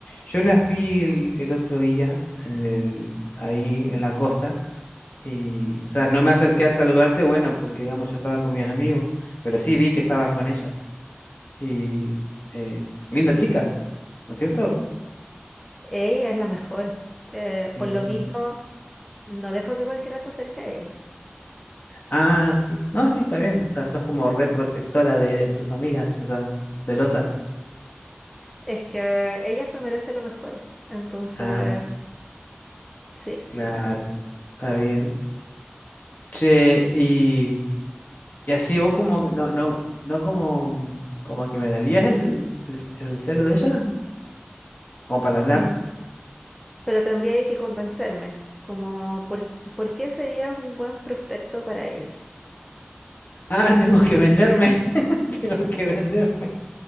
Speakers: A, on the left (about 45°); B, in the centre.
A: yo las vi el, el otro día en el, ahí en la costa y, o sea, no me acerqué a saludarte, bueno, porque, digamos, yo estaba con mis amigos, pero sí vi que estabas con ella y, eh, linda chica, ¿no es cierto?
B: Ella es la mejor. Eh, por
A: Mm.
B: lo mismo, no dejo que cualquiera se acerque a ella.
A: Ah, sí. No, sí, está bien. O sea, sos como re protectora de, de tus amigas, o sea, celosa.
B: Es que ella se merece lo mejor. Entonces,
A: Ah,
B: sí.
A: claro, está bien. Che, y, y así vos como, que no, no, no como, mm, como que me darías el, el, el celu de ella, como para hablar.
B: M- Pero tendría que convencerme. Como, ¿por, por qué serías un buen prospecto para ella?
A: Ah, <laughs> tengo que venderme, <laughs> tengo que venderme.